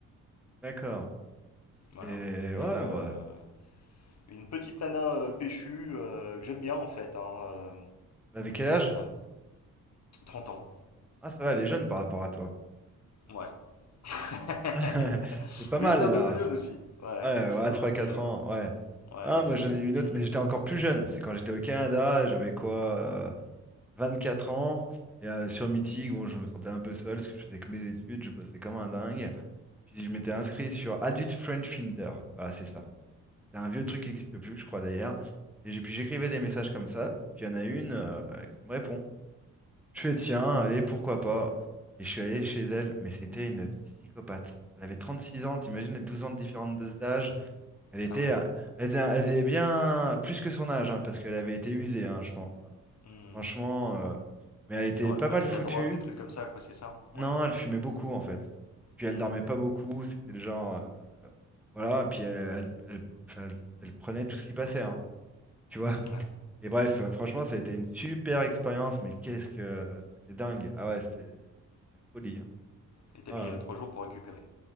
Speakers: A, in the centre; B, on the left.
A: D'accord.
B: Voilà.
A: Et
B: Mais
A: ouais,
B: euh,
A: bah,
B: une petite nana euh, péchue euh, que j'aime bien en fait, hein, euh,
A: avec quel âge?
B: à ans.
A: Ah, ça va, elle est jeune par rapport à toi.
B: Ouais. <laughs>
A: <laughs> C'est pas
B: Mais
A: mal
B: j'étais un peu
A: là.
B: plus jeune aussi. Ouais,
A: Ouais,
B: j'étais
A: ouais, 3-4
B: un peu plus jeune.
A: ans, ouais.
B: Ouais,
A: Ah,
B: c'est
A: moi
B: ça.
A: j'en ai eu une
B: Hmm.
A: autre, mais j'étais encore plus jeune. C'est quand j'étais au Canada, j'avais quoi, euh, quatre ans. Et euh, sur Meeting, bon, je me sentais un peu seul parce que je faisais que mes études, je bossais comme un dingue. Puis je m'étais inscrit sur Adult Friend Finder. Voilà, c'est ça. C'est un vieux truc qui n'existe plus, je crois d'ailleurs. Et j'ai- puis j'écrivais des messages comme ça. Puis il y en a une euh, qui me répond. Je fais tiens, allez, pourquoi pas. Et je suis allé chez elle, mais c'était une psychopathe. Elle avait 36 ans, t'imagines les 12 ans de différence de- d'âge. Elle était,
B: Ah ouais.
A: euh, elle faisait, elle faisait bien plus que son âge, hein, parce qu'elle avait été usée, hein, je pense. hein.
B: Hmm.
A: Franchement, euh, mais elle était
B: Alors
A: pas
B: elle prenait
A: mal
B: de
A: foutue.
B: la drogue, des trucs comme ça, quoi, c'est ça
A: Non,
B: Ouais.
A: elle fumait beaucoup en fait. Et puis
B: Hmm.
A: elle dormait pas beaucoup, c'était le genre, euh, voilà. Et puis elle, elle- elle- enfin, elle- elle prenait tout ce qui passait, hein, tu vois.
B: Ouais.
A: Et bref, euh, franchement, ça a été une super expérience, mais qu'est-ce que euh, c'était dingue. Ah ouais, c'était c'était la folie. hein.
B: Et t'as
A: Oh
B: mis
A: là
B: euh,
A: là.
B: trois jours pour récupérer.